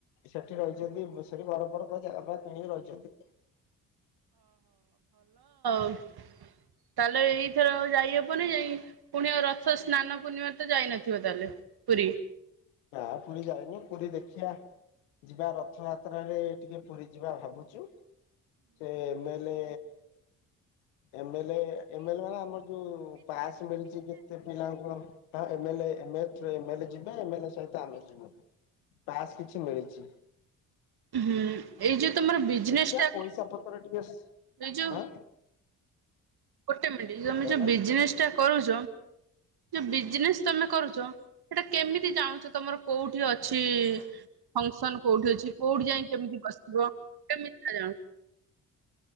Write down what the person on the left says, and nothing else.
ସେଠି ରହିଛନ୍ତି ସେଠି ବର ର ଜାଗା ଫାଗା କିଣିକି ରହିଛନ୍ତି।
ହଁ ପୁରୀ ଯାାଇନି ପୁରୀ ଦେଖିଆ ଯିବା ରଥଯାତ୍ରାରେ ଟିକେ ପୁରୀ ଯିବା ଭାବୁଛୁ ସେ ଏମେଲେ ଏମେଲେ ଏମେଲେ ମାନେ ଆମର ଯୋଉ ପାସ୍ ମିଳିଚି କେତେ ପିଲାଙ୍କ ଟା ଏମେଲେ <unintelligible> ଏମେଲେ ଯିବେ ଏମେଲେ ସହିତ ଆମେ ଯିବୁ ପାସ କିଛି ମିଳିଛି।
ଦେଖିବା
ପଇସା
ପତ୍ର ଟିକେ
ଆଁ
କଣ କହିଲ